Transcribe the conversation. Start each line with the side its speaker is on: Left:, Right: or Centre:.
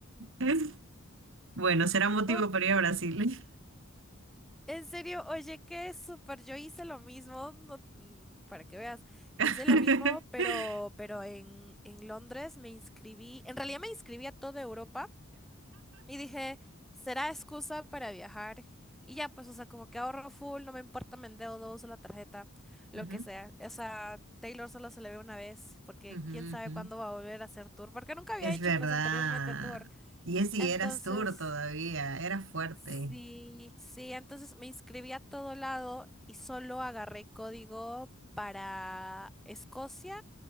Right: <laughs> Bueno, será motivo
Centre: no
Right: para ir a Brasil.
Centre: En serio, oye, qué súper. Yo hice lo mismo, no- mm, para que veas.
Right: <laughs>
Centre: Hice lo mismo, pero, pero en, en Londres me inscribí. En realidad me inscribí a toda Europa y dije, será excusa para viajar. Y ya, pues, o sea, como que ahorro full, no me importa, me endeudo, uso la tarjeta, lo
Right: Ujú,
Centre: que sea. O sea, Taylor solo se le ve una vez, porque
Right: ujú,
Centre: quién sabe
Right: ujú.
Centre: cuándo va a volver a hacer tour, porque nunca había
Right: Es
Centre: hecho,
Right: verdad.
Centre: pues, anteriormente tour.
Right: Y es si
Centre: Entonces,
Right: eras tour todavía, era fuerte.
Centre: Sí, sí, entonces me inscribí a todo lado y solo agarré código para Escocia